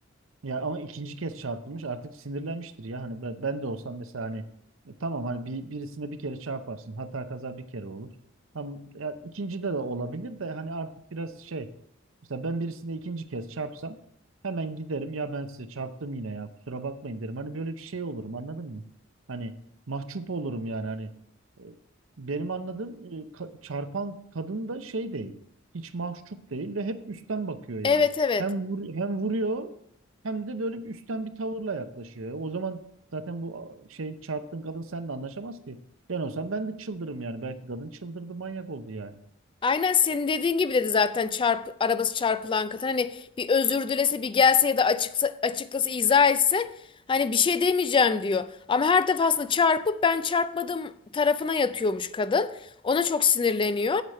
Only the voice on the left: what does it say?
Evet evet.
Aynen senin dediğin gibi dedi zaten çarp, arabası çarpılan kadın. Hani bir özür dilese bir gelse ya da açıksa, açıklasa izah etse hani bir şey demeyeceğim diyor. Ama her defasında çarpıp ben çarpmadım tarafına yatıyormuş kadın. Ona çok sinirleniyor.